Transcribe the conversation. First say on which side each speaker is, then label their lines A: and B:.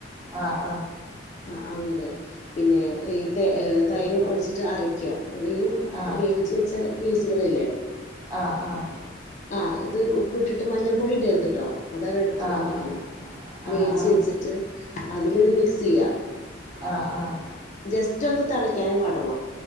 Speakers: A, on the right (about 20°); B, on the left (about 35°).
A: ആഹ്
B: ആഹ് അങ്ങനെ പിന്നെ ഈ ത തൈരും ഒഴിച്ചിട്ട് അരക്കുക ഈ
A: ആഹ്
B: വേവിച്ച് വെച്ച പീസുകളില്ലേ
A: ആഹ് ആഹ്
B: ആഹ് ഇത് ഉപ്പിട്ടിട്ട് മഞ്ഞൾ പൊടി ഇടരുത് കേട്ടോ അത അത് എടുത്ത്
A: ആഹ് ആഹ്
B: കളഞ്ഞെക്കണ വേവിച്ച്
A: ആഹ്
B: വെച്ചിട്ട് അതിലിത് മിക്സ് ചെയ്യുക
A: ആഹ് ആഹ്
B: ജസ്റ്റ് ഒന്ന് തിളക്കാനേ പാടുള്ളോ